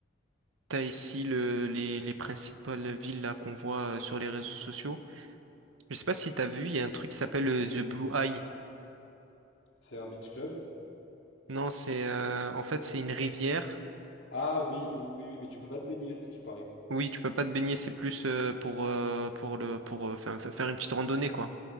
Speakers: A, on the right; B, on the left.
A: t'as ici le... les... les principales villes là qu'on voit euh, sur les réseaux sociaux. Je sais pas si t'as vu, il y a un truc qui s'appelle euh, The Blue Eye.
B: C'est un beach club?
A: Non, c'est euh, en fait c'est une rivière.
B: Ah oui, oui, oui, oui, mais tu peux pas te baigner, à ce qui paraît.
A: Oui, tu peux pas te baigner, c'est plus euh, pour euh, pour le pour euh, faire, faire une petite randonnée quoi.